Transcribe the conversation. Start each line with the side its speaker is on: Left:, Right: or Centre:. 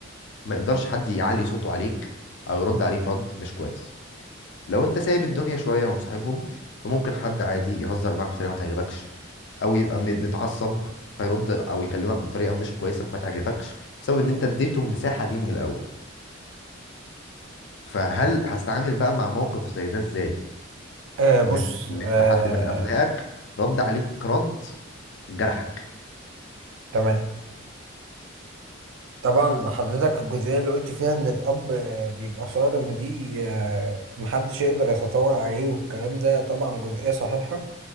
Left: ما يقدرش حد يعلي صوته عليك او يرد عليك رد مش كويس لو انت سايب الدنيا شويه ومصاحبهم فممكن حد عادي يهزر معاك بطريقه ما تعجبكش او يبقى م- متعصب فيرد او يكلمك بطريقه مش كويسه ما تعجبكش بسبب ان انت اديته المساحه دي من الاول فهل هتتعامل بقى مع موقف زي ده ازاي
Right: آه بص
Left: ان انت كلمت
Right: آه
Left: حد من ابنائك رد عليك رد جرحك
Right: تمام طبعا حضرتك الجزئية اللي قلت فيها إن الأب آه، بيبقى صارم دي آه محدش يقدر يتطاول عليه والكلام ده طبعا جزئية صحيحة